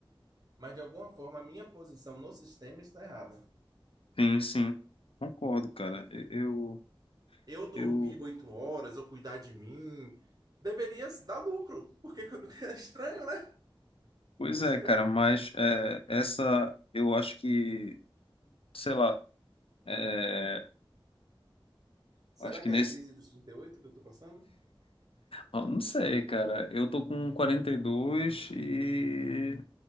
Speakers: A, on the right (about 45°); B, on the left (about 85°).
A: mas de alguma forma a minha posição no sistema está errada.
B: sim, sim. Concordo, cara. Eu,
A: eu dormir
B: eu
A: oito horas, eu cuidar de mim, deveria dar lucro. Porque <laughs> é estranho, né?
B: Pois
A: Estranho.
B: é, cara, mas é, essa eu acho que, sei lá, é,
A: Será
B: acho que
A: que
B: nesse.
A: é a crise dos 38 que eu estou passando?
B: Ah, Não sei, cara. Eu tô com 42 e dois e